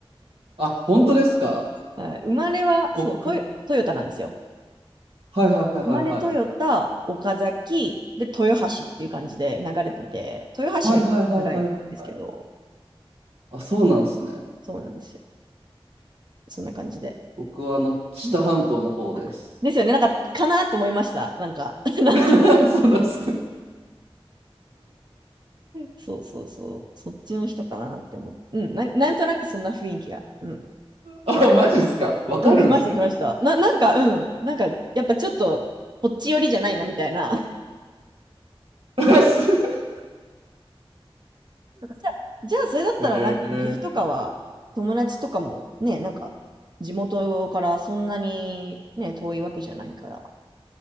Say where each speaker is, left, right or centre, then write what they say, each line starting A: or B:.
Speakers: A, on the right (about 75°); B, on the right (about 45°).
A: あ、本当ですか
B: はい、生まれは、
A: 僕、
B: そう、トヨ、トヨタなんですよ。
A: はいはいはいはい。
B: 生まれトヨタ、岡崎、で、豊橋っていう感じで流れてて、豊橋が一番長いんですけど、
A: はいはいはいはいはいはい。あ、そうなんですね。
B: そう、そうなんですよ。そんな感じで。
A: 僕はあの、知多半島の方です。
B: うんあですよね、なんか、かなと思いました。なんか、<laughs>
A: <laughs>
B: なんと、
A: そうなんですね。
B: そうそうそう、そっちの人かなって思って、うん、なん、なんとなくそんな雰囲気が、うん、
A: あ、
B: なんか
A: マジっすかわかるんすね。
B: うん、しました、しました。な、なんか、うん、なんか、やっぱちょっと、こっち寄りじゃないな、みたいな。
A: <laughs>
B: だからじゃあ、じゃあそれだったら、
A: へえ。
B: なんか岐阜とかは、友達とかもね、なんか、地元からそんなにね、遠いわけじゃないから、